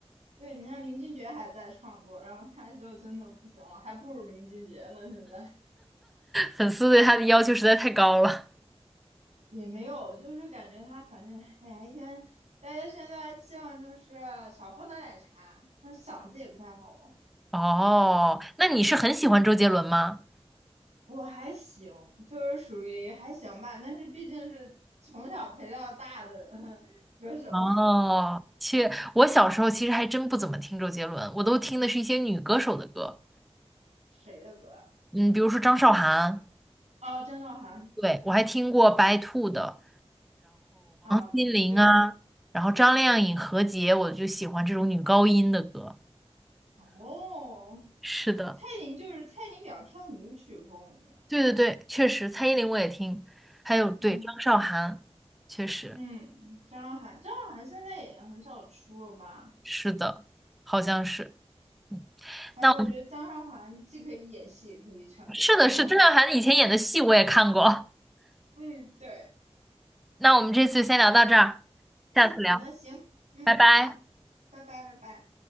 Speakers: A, on the right; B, in the centre.
A: 对你像林俊杰还在创作，然后他就真的不行了，还不如林俊杰呢现在。
B: 粉丝对他的要求实在太高了。
A: 也没有，就是感觉他反正，哎呀，一天大家现在期望就是少喝点奶茶，他嗓子也不太好啊。
B: <laughs> 哦，那你是很喜欢周杰伦吗？
A: 我还行，就是属于还行吧，但是毕竟是从小陪到大的 <laughs> 呃歌手，
B: 哦，切，我小时候其实还真不怎么听周杰伦，我都听的是一些女歌手的歌，
A: 谁的歌啊？
B: 嗯，比如说张韶涵，
A: 哦，张韶涵
B: 对，我还听过白兔的、
A: 啊，
B: 心灵啊，
A: 对，
B: 然后张靓颖、何洁，我就喜欢这种女高音的歌。
A: 哦，
B: 是的，
A: 蔡琳就是蔡琳比较偏舞曲风，我觉得，
B: 对对对，确实，蔡依林我也听，还有对张韶涵，
A: 嗯
B: 确实
A: 嗯，张韶涵，张韶涵现在也很少出了吧？
B: 是的，好像是。嗯，
A: 反正我觉得张韶涵既可以演戏，
B: 那
A: 也可以唱歌，
B: 是的，
A: 挺好的。
B: 是的郑韶涵以前演的戏我也看过。
A: 嗯，对，
B: 那我们这次先聊到这儿，
A: 嗯，
B: 下次聊，
A: 好的，行，嗯，
B: 拜拜。
A: 好，拜拜，拜拜。